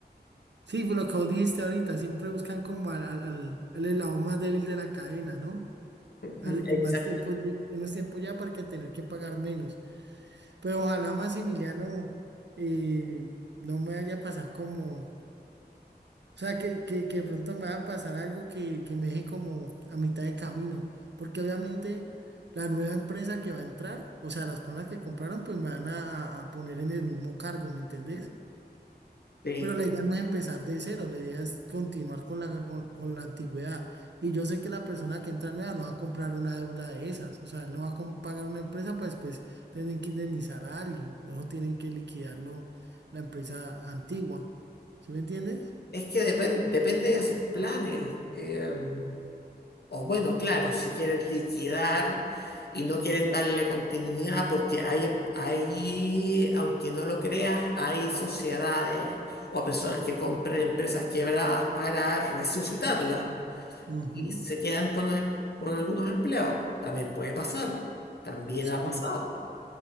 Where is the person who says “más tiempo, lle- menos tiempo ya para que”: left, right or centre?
Right